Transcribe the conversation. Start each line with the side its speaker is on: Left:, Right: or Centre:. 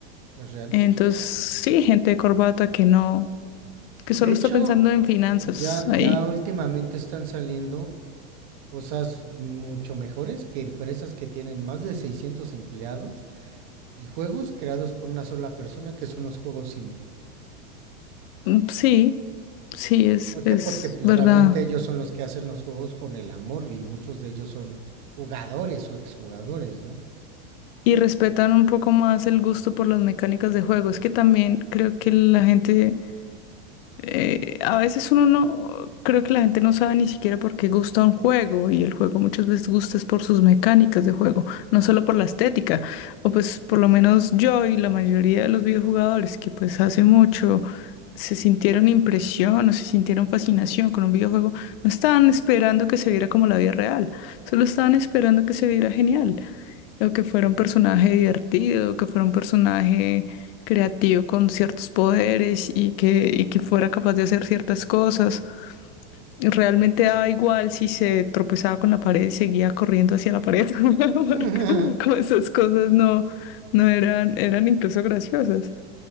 Right: es real.
Left: Entonces, sí, gente de corbata que no, que solo
Right: De hecho,
Left: está pensando en finanzas
Right: ya,
Left: ahí.
Right: ya últimamente están saliendo cosas mucho mejores que empresas que tienen más de 600 empleados y juegos creados por una sola persona que son los juegos indie.
Left: Mm, Sí, sí, es,
Right: ¿Por qué?
Left: es
Right: Porque pues,
Left: verdad.
Right: realmente ellos son los que hacen los juegos con el amor y muchos de ellos son jugadores o exjugadores, ¿no?
Left: y respetan un poco más el gusto por las mecánicas de juego. Es que también creo que la gente, eh, a veces uno no, creo que la gente no sabe ni siquiera por qué gusta un juego y el juego muchas veces gusta es por sus mecánicas de juego, no solo por la estética, o pues por lo menos yo y la mayoría de los videojugadores que pues hace mucho... se sintieron impresión o se sintieron fascinación con un videojuego, no estaban esperando que se viera como la vida real, solo estaban esperando que se viera genial o que fuera un personaje divertido, o que fuera un personaje creativo con ciertos poderes y que, y que fuera capaz de hacer ciertas cosas. Realmente daba igual si se tropezaba con la pared y seguía corriendo hacia la pared, <laughs> porque
Right: <laughs>
Left: como esas cosas no, no eran, eran incluso graciosas.